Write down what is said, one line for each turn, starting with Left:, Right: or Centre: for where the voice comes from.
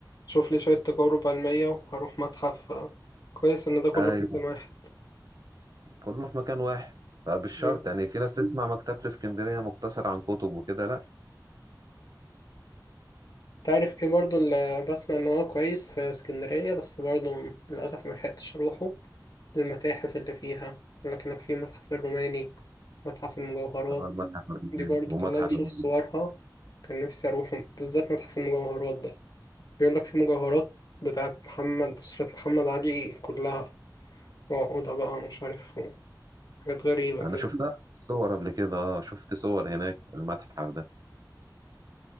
Left: أشوف لي شوية تجارب علمية وهروح متحف كويس إن ده كله
Right: ايوه
Left: في مكان واحد
Right: كله في مكان واحد فبالشرط
Left: مم.
Right: يعني في ناس تسمع مكتبة اسكندرية مقتصر عن كتب وكده لا
Left: تعرف إيه برضه اللي بسمع إن هو كويس في اسكندرية بس برضه للأسف ملحقتش أروحه المتاحف اللي فيها لكنك في متحف الروماني متحف المجوهرات
Right: ده هو المتحف الروماني
Left: دي برضو
Right: ومتحف
Left: كلها بشوف
Right: الروماني.
Left: صورها كان نفسي أروحهم بالذات متحف المجوهرات ده بيقولك في مجوهرات بتاعت محمد أسرة محمد علي كلها وعقودها بقى ومش عارف حاجات غريبة
Right: انا
Left: كده
Right: شفتها في الصور قبل كده اه شفت صور هناك في المتحف ده